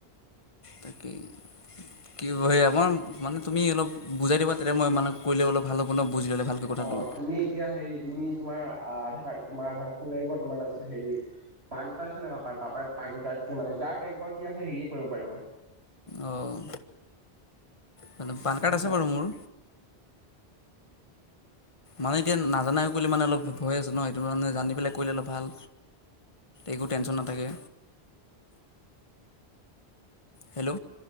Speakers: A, on the left (about 30°); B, on the right (about 75°).
A: তাকে কি হে আমাৰ মানে তুমি অলপ বুজাই দিবা তেতিয়া মই মানে কৰিলে অলপ ভাল হ'ব ন বুজি ল'লে ভালকৈ কথাটো
B: অ তুমি এতিয়া হেৰি তুমি তোমাৰ আধাৰ কাৰ্ডৰ তোমাৰ আধাৰ কাৰ্ডৰ লাগিব তোমাৰ তাৰছত হ পান কাৰ্ড আছে ন পাপাৰ পান কাৰ্ড কি মানে যাৰ বেংকৰ কি আছে সেয়ে কৰিব পাৰিব
A: অ' মানে পান
B: বুজিছা?
A: কাৰ্ড আছে বাৰু মোৰ মানে এতিয়া নাজানাই কৰিলে মানে অলপ ভয় আছো ন সেইটো মান জানি পেলাই কৰিলে অলপ ভাল একো টেনচন নাথাকে হেল্ল'